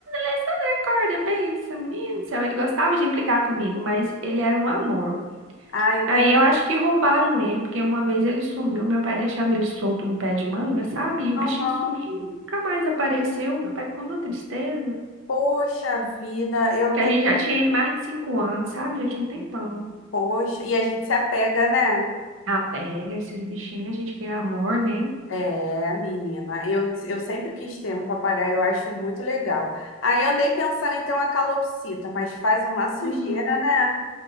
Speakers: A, on the right; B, on the left.
A: Alessandra, acorda. Pensa, menino do céu, ele gostava de implicar comigo, mas ele era um amor.
B: Ai, eu
A: Aí
B: tenho.
A: eu acho que roubaram ele, porque uma vez ele sumiu, meu pai deixava ele solto no pé de manga, sabe? E o
B: Aham.
A: bichinho sumiu, nunca mais apareceu. Meu pai ficou numa tristeza,
B: Poxa vida, eu
A: que
B: tenho.
A: a gente já tinha ele mais de cinco anos, sabe? Já tinha um tempão.
B: Poxa. E a gente se apega, né?
A: Ah, pega esses bichinhos, a gente quer amor, né?
B: É, menina. Eu, eu sempre quis ter um papagaio, eu acho muito legal. Aí eu andei pensando em ter uma calopsita, mas faz uma sujeira,
A: Uhum.
B: né?